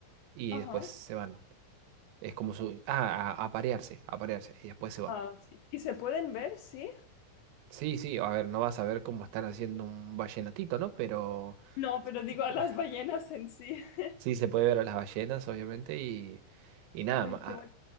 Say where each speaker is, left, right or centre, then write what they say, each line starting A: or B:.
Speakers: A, on the right (about 80°); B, on the left (about 75°).
A: y
B: Ajá.
A: después se van. Es como su... Ah, a, a parearse, a parearse. Y después se van.
B: Ah, sí. ¿Y se pueden ver? Sí.
A: Sí, sí, a ver, no vas a ver cómo están haciendo un ballenatito, ¿no? Pero
B: No, pero digo
A: <laughs>
B: a las ballenas en sí. <laughs>
A: sí se puede ver a las ballenas, obviamente, y, y nada
B: Ay,
A: más.
B: qué
A: Ah,